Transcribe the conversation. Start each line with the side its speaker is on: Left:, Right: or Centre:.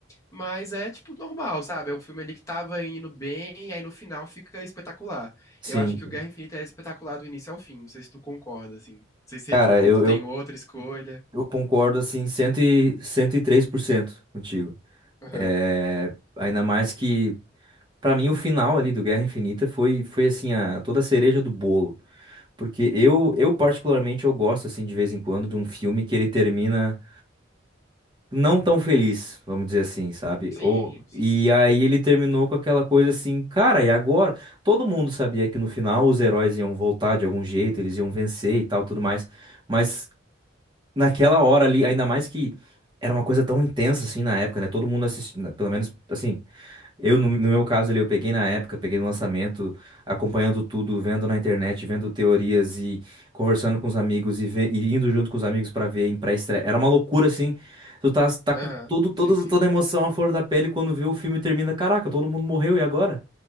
Left: Mas é, tipo, normal, sabe? É um filme ali que tava indo bem, e aí no final fica espetacular.
Right: sim.
Left: Eu acho que o Guerra Infinita é espetacular do início ao fim. Não sei se tu concorda, assim. Não sei se
Right: Cara, eu,
Left: tu tem
Right: eu,
Left: outra escolha.
Right: eu concordo assim cento e, 103% contigo.
Left: Aham.
Right: É, ainda mais que, pra mim, o final ali do Guerra Infinita foi, foi assim, a, toda a cereja do bolo. Porque eu, eu particularmente, eu gosto, assim, de vez em quando, de um filme que ele termina. não tão feliz, vamos dizer assim, sabe?
Left: Sim,
Right: Ou,
Left: sim,
Right: e
Left: sim.
Right: aí ele terminou com aquela coisa assim, cara, e agora? Todo mundo sabia que no final os heróis iam voltar de algum jeito, eles iam vencer e tal, tudo mais. Mas naquela hora ali, ainda mais que era uma coisa tão intensa assim na época, né? Todo mundo assistindo, pelo menos assim, eu, no, no meu caso ali, eu peguei na época, peguei no lançamento, acompanhando tudo, vendo na internet, vendo teorias e conversando com os amigos e, ve- e indo junto com os amigos pra ver em pré-estreia. Era uma loucura, assim. Tu tá, tá com
Left: Aham,
Right: todo, todo,
Left: Sim, sim.
Right: toda a emoção à flor da pele quando vê o filme e termina. Caraca, todo mundo morreu, e agora?